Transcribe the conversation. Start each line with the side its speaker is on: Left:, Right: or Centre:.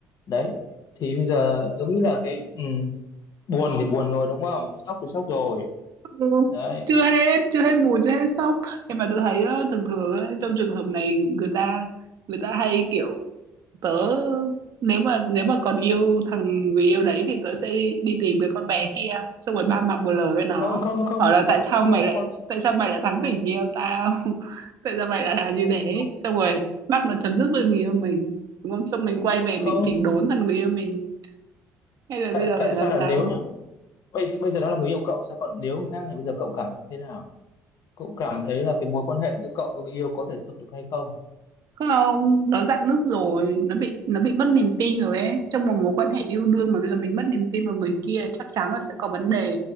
Left: đấy thì bây giờ tôi nghĩ là cái ừ, buồn thì
Right: <laughs>
Left: buồn rồi đúng không sốc thì sốc rồi
Right: Ừ.
Left: đấy
Right: chưa hết chưa hết buồn chưa hết sốc em mà tôi thấy á, thường thường á, trong trường hợp này người ta người ta hay kiểu tớ nếu mà nếu mà còn yêu thằng người yêu đấy thì tớ sẽ đi, đi tìm cái con bé kia xong rồi ba mặt một lời với nó
Left: không không không
Right: hỏi là
Left: không
Right: tại sao
Left: không
Right: mày
Left: phải
Right: lại
Left: không
Right: tại sao mày lại thắng tình yêu tao <laughs> tại sao mày lại làm như thế
Left: không,
Right: xong rồi bắt nó chấm dứt với người yêu mình đúng không xong mình quay về
Left: không.
Right: mình chỉnh đốn thằng người yêu mình hay là
Left: tại
Right: bây giờ
Left: tại
Right: phải làm
Left: sao là
Right: sao
Left: nếu là bây bây giờ nó là người yêu cậu sao còn nếu người khác thì bây giờ cậu cảm thế nào cậu cảm thấy là cái mối quan hệ giữa cậu với người yêu có thể tiếp tục hay không
Right: không nó dạn nứt rồi nó bị nó bị mất niềm tin rồi ấy trong một mối quan hệ yêu đương mà bây giờ mình mất niềm tin vào người kia chắc chắn là sẽ có vấn đề